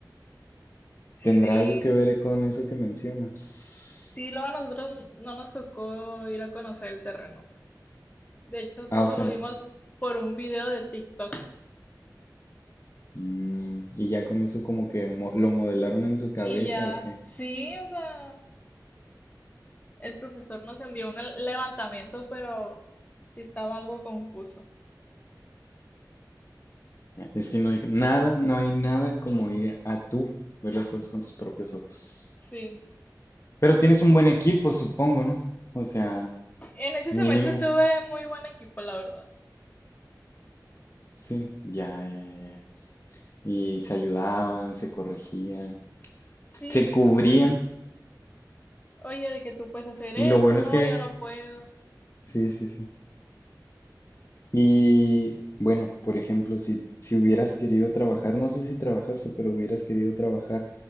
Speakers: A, on the left; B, on the left.
A: ¿Tendrá
B: Sí,
A: algo que ver con eso que mencionas?
B: Sí, luego a nosotros no nos tocó ir a conocer el terreno. De hecho, solo
A: Ah, o sea,
B: lo vimos por un video de TikTok.
A: mm, y ya con eso como que mo- lo modelaron en su cabeza
B: Y ya,
A: o qué.
B: sí, o sea, el profesor nos envió un le- levantamiento, pero sí estaba algo confuso.
A: Es que no hay nada, no hay nada como ir a tú ver las cosas con tus propios ojos.
B: Sí.
A: Pero tienes un buen equipo, supongo, ¿no? O sea,
B: En ese
A: mínimo.
B: semestre tuve muy buen equipo, la verdad. Sí.
A: Sí, ya, ya, ya, ya. Y se ayudaban, se corregían,
B: Sí,
A: se cubrían.
B: oye, de que tú puedes hacer eso,
A: Y lo bueno
B: no,
A: es que,
B: yo no puedo.
A: sí, sí, sí. Y bueno, por ejemplo, si, si hubieras querido trabajar, no sé si trabajaste, pero hubieras querido trabajar,